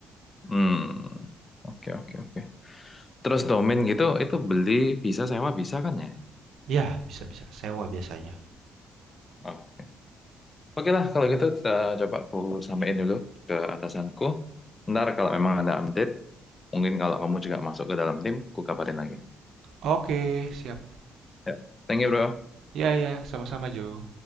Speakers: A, on the left; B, on the right.
A: Hmm, oke oke oke. Terus domain gitu itu beli bisa sewa bisa kan ya?
B: Ya, bisa-bisa sewa biasanya.
A: Oh. Oke lah kalau gitu kita coba aku sampaikan dulu ke atasanku. Ntar kalau memang ada update, mungkin kalau kamu juga masuk ke dalam tim, ku kabarin lagi.
B: Oke, siap.
A: Ya. Thank you bro.
B: Ya, ya, sama-sama, Jo.